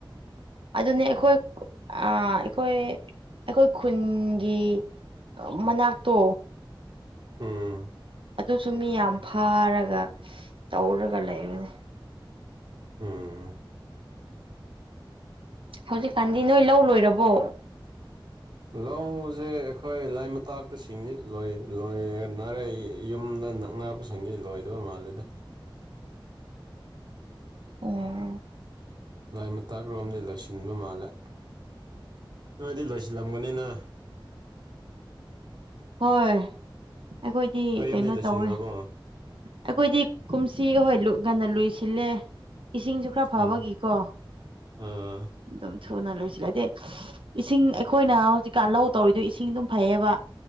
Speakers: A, on the right; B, on the right.
A: ꯑꯗꯨꯅꯦ ꯑꯩꯈꯣꯏ ꯑꯥ ꯑꯩꯈꯣꯏ ꯑꯩꯈꯣꯏ ꯈꯨꯟꯒꯤ ꯃꯅꯥꯛꯇꯣ
B: ꯎꯝ
A: ꯑꯗꯨꯁꯨ ꯃꯤ ꯌꯥꯝ ꯐꯥꯔꯒ ꯇꯧꯔꯒ ꯂꯩꯕꯅꯦ
B: ꯎꯝ
A: ꯍꯧꯖꯤꯛꯀꯥꯟꯗꯤ ꯅꯣꯏ ꯂꯧ ꯂꯣꯏꯔꯕꯣ
B: ꯂꯧꯁꯦ ꯑꯩꯈꯣꯏ ꯂꯥꯏ ꯃꯇꯥꯛꯇ ꯁꯤꯡꯗꯤ ꯂꯣꯏ ꯂꯣꯏꯅꯔꯦ ꯌꯨꯝꯗ ꯅꯛꯅꯕ ꯁꯤꯡꯗꯤ ꯂꯣꯏꯗꯕ ꯃꯥꯜꯂꯦꯗ
A: ꯑꯣ
B: ꯂꯥꯏ ꯃꯇꯥꯛꯔꯣꯝꯗꯤ ꯂꯣꯏꯁꯤꯟꯕ ꯃꯥꯜꯂꯦ ꯅꯣꯏꯗꯤ ꯂꯣꯏꯁꯤꯜꯂꯝꯒꯅꯤꯅ
A: ꯍꯣꯏ ꯑꯩꯈꯣꯏꯗꯤ
B: ꯅꯣꯏ ꯌꯨꯝꯗꯤ
A: ꯀꯩꯅꯣ
B: ꯂꯣꯏꯁꯤꯟꯈ꯭ꯔꯕꯣ
A: ꯇꯧꯋꯦ ꯑꯩꯈꯣꯏꯗꯤ ꯀꯨꯝꯁꯤ ꯍꯣꯏ ꯂꯧ ꯉꯟꯅ ꯂꯨꯁꯤꯜꯂꯦ ꯏꯁꯤꯡ ꯈꯔ ꯐꯕꯒꯤꯀꯣ
B: ꯎꯝ ꯑꯥ
A: ꯑꯗꯄꯝ ꯊꯨꯅ ꯂꯣꯏꯁꯤꯜꯂꯦ ꯍꯥꯏꯗꯤ ꯏꯁꯤꯡ ꯑꯩꯈꯣꯏꯅ ꯍꯧꯖꯤꯛꯀꯥꯟ ꯂꯧ ꯇꯧꯔꯤꯗꯨ ꯏꯁꯤꯡ ꯑꯗꯨꯝ ꯐꯩꯌꯦꯕ